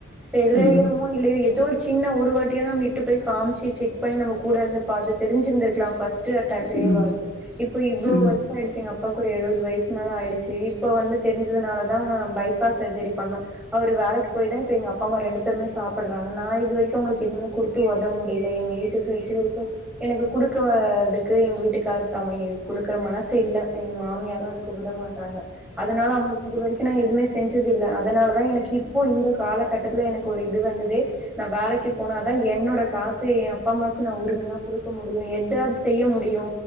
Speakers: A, in the centre; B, on the left.
A: செலயரமோ
B: ம் ம் ம்
A: இல்லயோ எதோ ஒரு சின்ன ஒரு வாட்டியா நம்ம இட்டு போய் காமிச்சிச்சு பண்ணி நம்ம கூட இருந்து பாத்து தெரிஞ்சிருந்திருக்கலா ஃபர்ஸ்ட் அட்டாக்லயாவது
B: ம் ம்
A: இப்ப இவ்ளோ
B: ம்
A: வயசாயிடுச்சு எங்க அப் பாக்கு ஒரு எழுவது வயசு மேல ஆயிடுச்சு இப்ப வந்து தெரிஞ்சதுனாலதா பை பாஸ் சர்ஜரி பண்ணோ அவரு வேலைக்கு போய்தா இப்ப எங்க அப்ப அம்மா ரெண்டு பேருமே சாப்டறாங்க நா இது வரைக்கு அவுங்களுக்கு எது குடுத்து ஒதவ் முடில எங் வீ டு சுச்சுவேஷன் எனக்கு குடுக்காதுக்கு எங்க வீட்டுக்கார் சாமி குடுக் கற மனசு இல்ல எங்க மாமியாரு அதுக்கு விட மாட்டாங்க அதனால அவுங்களுக்கு இதுவரைக்கு நா எதுமே செஞ்சதில்ல அதனால தா எனக்கு இப்போ இந்த காலக்கட்டத்துல எனக்கொரு இது வந்து து நா வேலைக்கு போனா தா என்னோட காசு எ அப்பா அம்மாக்கு நா உரிமையா குடுக்க முடியு எதாவ்து செய்ய முடியு